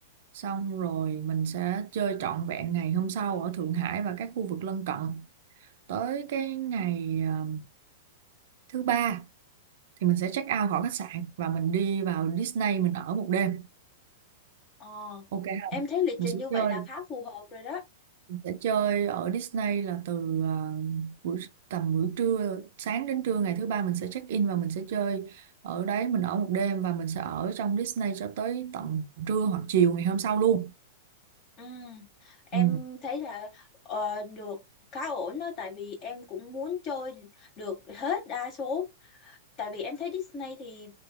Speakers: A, on the right; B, on the left.
A: xong rồi mình sẽ chơi trọn vẹn ngày hôm sau ở Thượng Hải và các khu vực lân cận. Tới cái ngày ờ, thứ ba thì mình sẽ check out khỏi khách sạn và mình đi vào Disney mình ở một đêm.
B: Ờ,
A: Ok không?
B: em thấy lịch
A: Mình
B: trình
A: sẽ
B: như vậy
A: chơi
B: là khá phù hợp rồi đó.
A: sẽ chơi ở Disney là từ à, buổi tầm buổi trưa sáng đến trưa ngày thứ ba mình sẽ check in và mình sẽ chơi ở đấy mình ở một đêm và mình sẽ ở trong Disney cho tới tận trưa hoặc chiều ngày hôm sau luôn.
B: Ừ, em
A: Ừ.
B: thấy là ờ, được khá ổn đó tại vì em cũng muốn chơi được hết đa số tại vì em thấy Disney thì